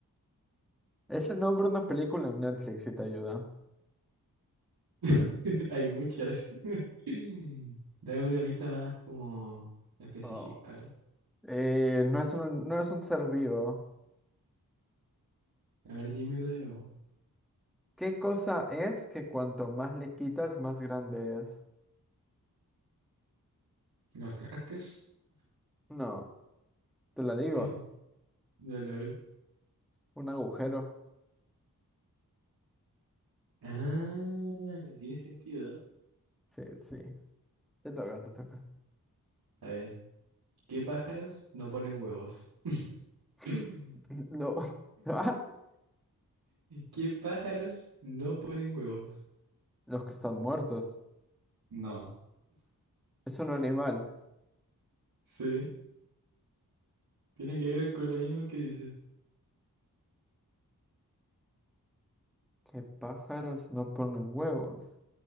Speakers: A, in the centre; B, on the right.
A: Es el nombre de una película en Netflix si te ayuda.
B: <laughs> Hay muchas. <laughs> Dame una pista más como específica.
A: Oh.
B: A ver,
A: Eh, no es un, no es un ser vivo.
B: a ver, dímelo de nuevo.
A: ¿Qué cosa es que cuanto más le quitas, más grande es?
B: Los trastes.
A: No, te
B: <clears throat>
A: la digo.
B: <laughs> Dale, a ver.
A: Un agujero.
B: Ah, tiene sentido.
A: Sí, sí. Te toca, te toca.
B: A ver, ¿qué pájaros no ponen huevos?
A: <laughs>
B: <laughs>
A: No. ¿What?
B: ¿Qué pájaros no ponen huevos?
A: Los que están muertos.
B: No.
A: Es un animal.
B: Sí, tiene que ver con lo mismo que dice.
A: ¿Qué pájaros no ponen huevos?